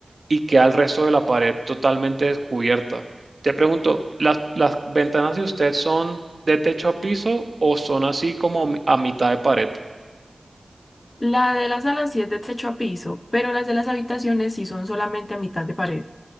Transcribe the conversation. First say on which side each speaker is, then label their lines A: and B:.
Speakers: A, on the right; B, on the left.
A: y queda el resto de la pared totalmente descubierta. Te pregunto, ¿las, las ventanas de usted son de techo a piso o son así como mi- a mitad de pared?
B: La de las salas sí es de techo a piso, pero las de las habitaciones sí son solamente a mitad de pared.